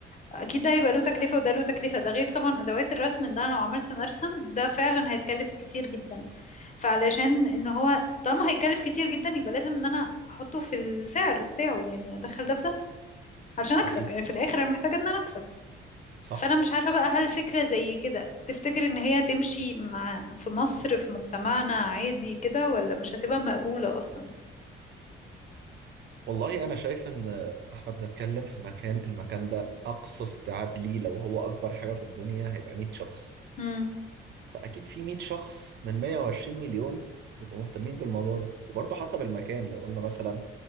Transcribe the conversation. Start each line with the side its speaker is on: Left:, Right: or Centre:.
Left: اكيد ده هيبقى له تكلفة وده له تكلفة ده غير طبعا ادوات الرسم ده أنا لو عملت مرسم ده فعلا هيتكلف كتير جدا فعلشان ان هو طالما هيتكلف كتير جدا يبقى لازم ان انا احطه في السعر بتاعه يعني ادخل ده في ده علشان اكسب
Right: أكيد
Left: يعني في الاخر انا محتاجة ان انا اكسب
Right: صح
Left: فانا مش عارفة بقى هل فكرة زي كده تفتكر ان هي تمشي مع في مصر في مجتمعنا عادي كده ولا مش هتبقى مقبولة اصلا
Right: والله أنا شايف إن إحنا بنتكلم في مكان المكان ده أقصى استيعاب ليه لو هو أكبر حاجة في الدنيا هيبقى 100 شخص
Left: امم
Right: فأكيد في 100 شخص من 120 مليون يبقوا مهتمين بالموضوع ده وبرضه حسب المكان لو قلنا مثلا